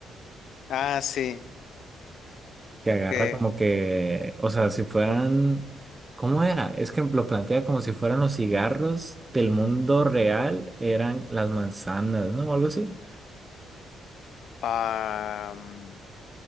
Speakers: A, on the left (about 70°); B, on the right (about 20°).
A: Ah, sí.
B: que agarra
A: Que
B: como que, o sea, si fueran, ¿cómo era? Es que lo plantea como si fueran los cigarros del mundo real, eran las manzanas, ¿no? O algo así.
A: am,